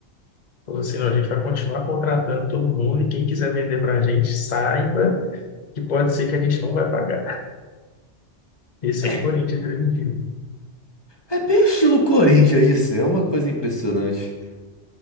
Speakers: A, on the left (about 40°); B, on the left (about 20°).
A: falando assim, não, a gente vai continuar contratando todo mundo e quem quiser vender para a gente, saiba que pode ser que a gente não vai pagar. Esse
B: É
A: é o Corinthians de hoje em dia.
B: é bem estilo Corinthians, isso é uma coisa impressionante.